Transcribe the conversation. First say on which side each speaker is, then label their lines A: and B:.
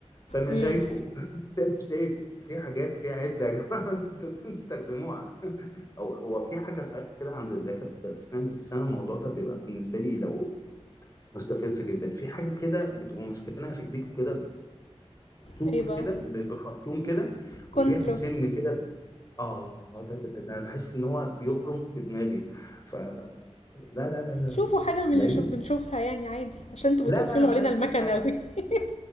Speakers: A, on the left (about 30°); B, on the left (about 85°).
A: فانا
B: امم
A: شايفه <laughs> شايف شايف في حاجات في عده يا جماعه <laughs> انتوا بتستخدموها او هو في حاجه صحيح كده عند دكاتره الاسنان بس انا الموضوع ده بيبقى بالنسبه لي لو مستفز جدا في حاجه كده بتبقى ماسكينها في ايديك كده طول
B: ايه بقى
A: كده ب- بخرطوم كده
B: كونترا
A: وليها سن كده اه ده, ده, ده, ده انا بحس ان هو بيخرم في دماغي فلا لا لا لا لا
B: شوفوا حاجة من
A: لا
B: اللي شوف
A: لا
B: بنشوفها يعني عادي عشان تبقوا
A: لا
B: تقفلوا
A: لا انا مش
B: علينا
A: عايز
B: المكان
A: اشوف حاجه
B: قوي <laughs>